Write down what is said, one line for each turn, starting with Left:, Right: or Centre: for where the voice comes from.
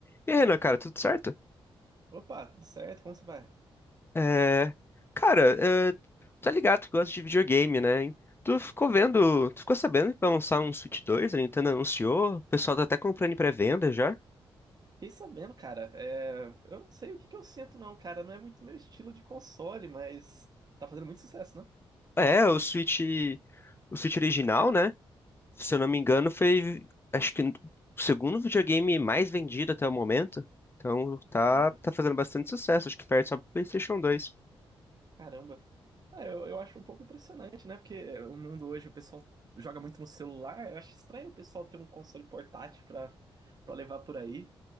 Left: E aí, Renan, cara, tudo certo?
Right: Opa, tudo certo? Como você vai?
Left: É... Cara, é... tá ligado que gosta de videogame, né? hein? Tu ficou vendo, tu ficou sabendo que vai lançar um Switch 2? a Nintendo anunciou, o pessoal tá até comprando em pré-venda já.
Right: Fiquei sabendo, cara. é, Eu não sei o que que eu sinto, não, cara. Não é muito meu estilo de console, mas tá fazendo muito sucesso, né?
Left: Ah, É, o Switch, o Switch original, né? Se eu não me engano, foi, acho que o segundo videogame mais vendido até o momento. Então tá,
Right: Caramba,
Left: tá fazendo bastante sucesso, acho que perde só pro PlayStation dois.
Right: caramba. Ah, eu, eu acho um pouco impressionante, né? Porque o mundo hoje, o pessoal joga muito no celular. Eu acho estranho o pessoal ter um console portátil pra, pra levar por aí.